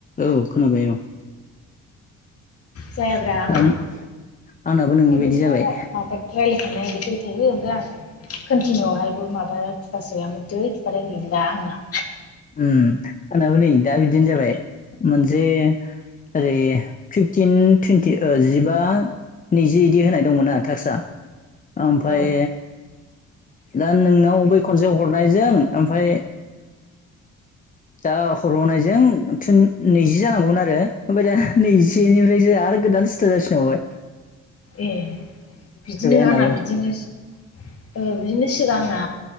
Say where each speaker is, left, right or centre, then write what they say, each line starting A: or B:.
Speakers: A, on the left; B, on the left.
A: औ खोनाबाय औ।
B: जायाब्रा आंना
A: आं आंनाबो नोंनि
B: थेवबोथाय
A: बायदि जाबाय
B: माबादो राय- थांनाय दिउतियाव थायो ओमफ्राय आं कन्टिनिउआवहायबो माबा थुयासै आं जै थुबाथाय गैला आंना
A: उम आंनाबो नै दा बिदिनो जाबाय मोनसे ओरै फिफटिन टुइन्टि ओ जिबा नैजि इदि होनाय दंमोन आरो टास्कआ ओमफाय
B: औ
A: दा नोंनाव बै खनसे हरनायजों ओमफाय दा हरबावनायजों तुन नैजि जानांगौमोन आरो। ओमफ्राय दा नैजिसेनिफ्रायसो आरो गोदान स्टार्ट जाफिन बावबाय।
B: ए बिदिनो
A: आंनाबो
B: आंना बिदिनो ओ बिदिनो सिगां आंना